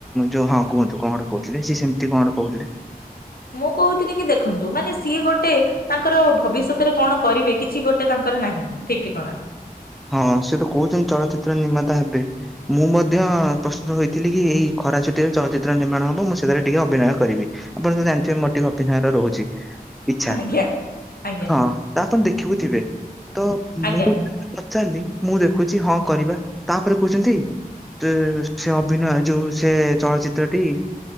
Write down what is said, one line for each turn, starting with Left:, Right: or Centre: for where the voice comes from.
Centre: ଯୋଉ ହଁ କୁହନ୍ତୁ କଣ ଗୋଟେ କହୁଥିଲି ସିଏ ସେମିତି କଣ କହୁଥିଲେ।
Left: ମୁଁ କହୁଥିଲି କି ଦେଖନ୍ତୁ ମାନେ ସିଏ ଗୋଟେ ତାଙ୍କର ଭବିଷ୍ୟତରେ କଣ କରିବେ କିଛି ଗୋଟେ ତାଙ୍କ ଙ୍କର ନାହିଁ ଠିକଠିକଣା।
Centre: ହଁ ସେ ତ କହୁଛନ୍ତି ଚଳଚିତ୍ର ନିର୍ମାତା ହେବେ। ମୁଁ ମଧ୍ୟ ପ୍ରସ୍ତୁତ ହୋଇଥିଲି କି ଏଇ ଖରା ଛୁଟିରେ ଚଳଚ୍ଚିତ୍ର ନିର୍ମାଣ ହବ ମୁଁ ସେଥିରେ ଟିକେ ଅଭିନୟ କରିବି। ଆପଣ ଯୋଉ ଜାଣିଥିବେ ମୋର ଟିକେ ଅଭିନୟରେ ରହୁଛି। ଇଚ୍ଛା।
Left: ଆଜ୍ଞା ଆଜ୍ଞା
Centre: ହଁ ତ ଆପଣ ଦେଖିବୁଥିବେ। ତ
Left: ଆଜ୍ଞା
Centre: ମୁଁ
Left: ଆଜ୍ଞା।
Centre: ପଚାରିଲି ମୁଁ ଦେଖୁଛି ହଁ କରିବା ତାପରେ କହୁଛନ୍ତି ତ ସେ ଅଭିନୟ ଯୋଉ ସେ ଚଳଚିତ୍ରଟି